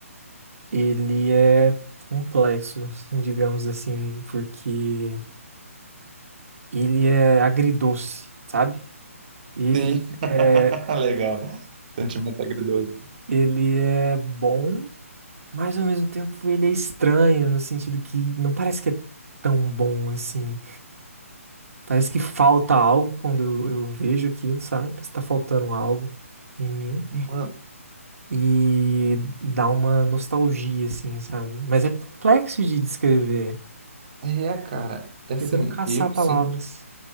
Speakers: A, on the right (about 70°); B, on the right (about 35°).
A: ele é complexo, digamos assim, porque ele é agridoce, sabe? Ele
B: Sim, <laughs>
A: é,
B: legal. Sentimento agridoce.
A: ele é bom, mas ao mesmo tempo ele é estranho, no sentido que não parece que é tão bom assim. Parece que falta algo quando eu, eu vejo aquilo, sabe? Parece que tá faltando algo em mim.
B: Mano,
A: e dá uma nostalgia, assim, sabe? Mas é complexo de descrever,
B: é, cara, é assim,
A: tentando caçar
B: eu
A: palavras.
B: sinto,